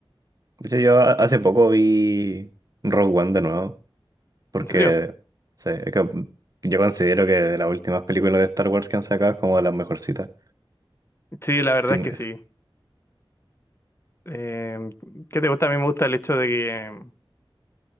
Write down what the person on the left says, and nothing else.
¿En serio?
Sí, la verdad
es que sí. Em, ¿qué te gusta? A mí me gusta el hecho de que, em,